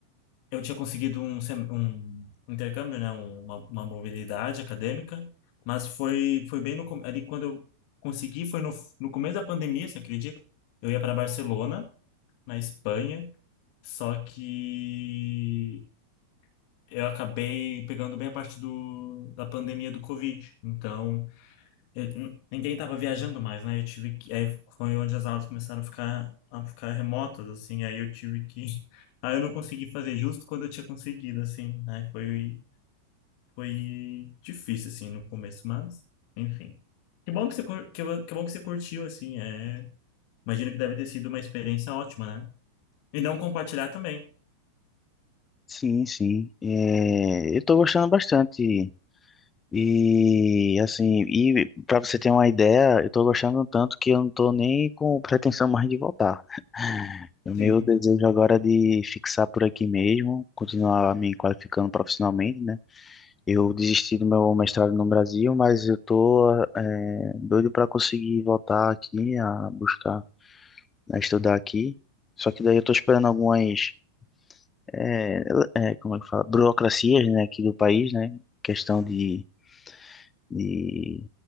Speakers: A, on the left; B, on the left.
A: eu tinha conseguido um, sem- um intercâmbio, né? Uma, uma mobilidade acadêmica, mas foi, foi bem no, com- ali quando eu consegui, foi no, no começo da pandemia, você acredita? Eu ia para Barcelona, na Espanha, só que eu acabei pegando bem a parte do, da pandemia do Covid. Então, eu- n- ninguém estava viajando mais, né? Eu tive que, aí foi onde as aulas começaram a ficar a ficar remotas, assim. Aí eu tive que, <laughs> aí eu não consegui fazer justo quando eu tinha conseguido, assim. Aí foi foi difícil assim no começo, mas enfim. Que bom que você cur- que, eu- que bom que você curtiu, assim. É, imagino que deve ter sido uma experiência ótima, né? E não compartilhar também.
B: Sim, sim. É, eu tô gostando bastante. E assim, e para você ter uma ideia, eu tô gostando tanto que eu não tô nem com pretensão mais de voltar. <laughs> O meu
A: Sim.
B: desejo agora é de fixar por aqui mesmo, continuar me qualificando profissionalmente, né? Eu desisti do meu mestrado no Brasil, mas eu tô é, doido para conseguir voltar aqui a buscar, a estudar aqui. Só que daí eu tô esperando algumas, é, é, como é que fala, burocracias, né, aqui do país, né, questão de, de